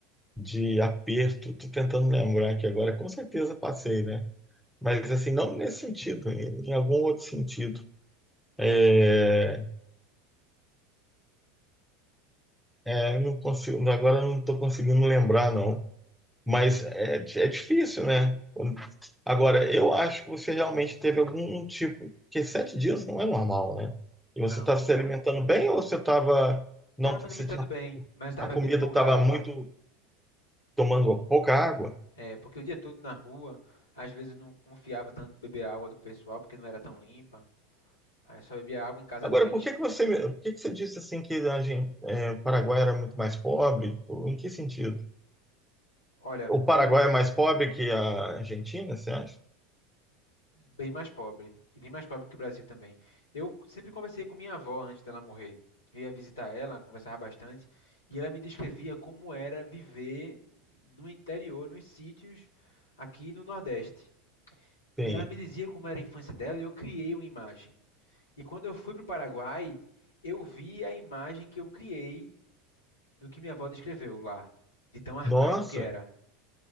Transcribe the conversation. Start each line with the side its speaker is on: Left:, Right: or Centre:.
Centre: de aperto. Tô tentando lembrar aqui agora. Com certeza passei, né? Mas assim, não nesse sentido, em, em algum outro sentido. É, é, eu não consigo, agora eu não estou conseguindo lembrar, não. Mas é, di- é difícil, né? Quando- Agora, eu acho que você realmente teve algum tipo. Porque sete dias não é normal, né? E
Left: Não,
Centre: você estava
Left: não.
Centre: se alimentando bem ou você estava. Não,
Left: Tava
Centre: você
Left: me alimentando
Centre: tinha,
Left: bem, mas tava
Centre: a
Left: bebendo
Centre: comida
Left: pouca
Centre: estava
Left: água.
Centre: muito. tomando pouca água?
Left: É, porque o dia todo na rua, às vezes eu não confiava tanto em beber água do pessoal, porque não era tão limpa. Aí só bebia água em casa
Centre: Agora,
Left: à noite.
Centre: por que que você, me- por que que você disse assim que a gente, é, o Paraguai era muito mais pobre? Ou Em que sentido?
Left: Olha,
Centre: O Paraguai
Left: eu
Centre: é mais pobre que a Argentina, você acha?
Left: bem mais pobre, e bem mais pobre que o Brasil também. Eu sempre conversei com minha avó antes dela morrer. Eu ia visitar ela, conversava bastante, e ela me descrevia como era viver no interior, nos sítios aqui no Nordeste. E
Centre: Sim.
Left: ela me dizia como era a infância dela, e eu criei uma imagem. E quando eu fui para o Paraguai, eu vi a imagem que eu criei do que minha avó descreveu lá, de tão arcaico
Centre: Nossa!
Left: que era.